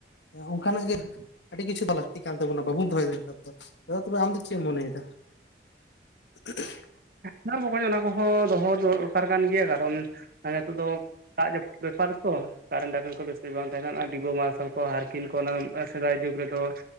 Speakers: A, on the left; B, on the right.
A: ᱚᱱᱠᱟᱱᱟᱜ ᱜᱮ <unintelligible> ᱟᱹᱰᱤ ᱠᱤᱪᱩ ᱛᱚ ᱞᱟᱹᱠᱛᱤ ᱠᱟᱱ ᱛᱟᱵᱚᱱᱟ ᱵᱟ ᱵᱚᱱ ᱫᱚᱭ ᱫᱱᱮᱛᱟᱨ ᱫᱚ ᱫᱟᱫᱟ ᱛᱚᱵᱮᱢ ᱫᱚ ᱪᱮᱫ ᱢᱚᱱᱮᱟ? ᱦ <inaudible>
B: ᱦᱮᱸ ᱵᱟᱚᱠᱚ ᱚᱱᱟ ᱠᱚᱦᱚᱸ ᱫᱚᱦᱚ ᱫᱚᱨᱠᱟᱨ ᱠᱟᱱ ᱜᱮᱭᱟ ᱠᱟᱨᱚᱱ ᱱᱤᱛᱳᱜ ᱫᱚ ᱫᱟᱜ ᱡᱟᱹᱯᱩᱫ ᱵᱮᱯᱟᱨ ᱛᱚ ᱠᱟᱨᱮᱱᱴᱟᱨᱮᱱᱴ ᱠᱚ ᱵᱮᱥᱤ ᱵᱟᱝ ᱛᱟᱦᱮ ᱰᱤᱵᱳ ᱢᱟᱨᱥᱟᱞ ᱠᱚ ᱦᱟᱨᱠᱤᱱ ᱠᱚ ᱚᱱᱟ ᱥᱮᱫᱟᱭ ᱡᱩᱜᱽ ᱨᱮᱫᱚ